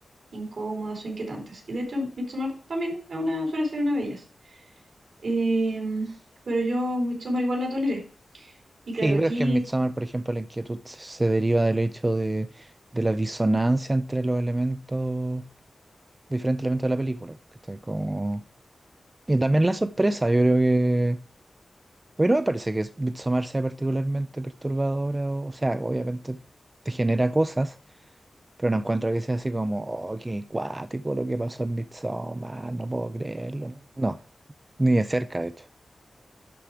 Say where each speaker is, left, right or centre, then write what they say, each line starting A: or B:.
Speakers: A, on the right; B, on the right.
A: incómodas o inquietantes. Y de hecho, Midsommar también es una, suele ser una de ellas. Em, pero yo Midsommar igual la toleré. Y
B: Sí,
A: claro, aquí
B: pero es que en Midsommar, por ejemplo, la inquietud se deriva del hecho de, de la disonancia entre los elementos, diferentes elementos de la película, ¿cachai? Como... Y también la sorpresa, yo creo que... A mí no me parece que Midsommar sea particularmente perturbadora, o, o sea, obviamente te genera cosas, pero no encuentro que sea así como, oh, qué cuático lo que pasó en Midsommar, no puedo creerlo. No, ni de cerca, de hecho.